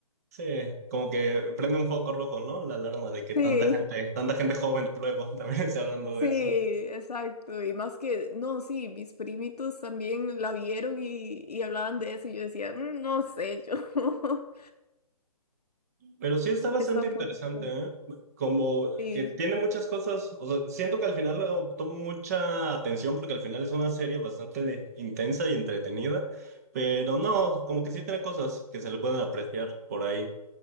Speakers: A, on the right (about 25°); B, on the left (about 85°).
A: Sí, como que prende un foco rojo, ¿no? La alarma de que
B: sí.
A: tanta gente, tanta gente joven luego <laughs> también está hablando
B: Sí,
A: de eso.
B: exacto. Y más que, no, sí, mis primitos también la vieron y, y hablaban de eso y yo decía, "Mm, no sé, yo <laughs>
A: Pero sí está bastante
B: es tan
A: interesante,
B: poquito.
A: ¿eh? Como
B: Sí.
A: que tiene muchas cosas, o sea, siento que al final obtuvo mucha atención porque al final es una serie bastante de- intensa y entretenida, pero no, como que sí tiene cosas que se le pueden apreciar por ahí.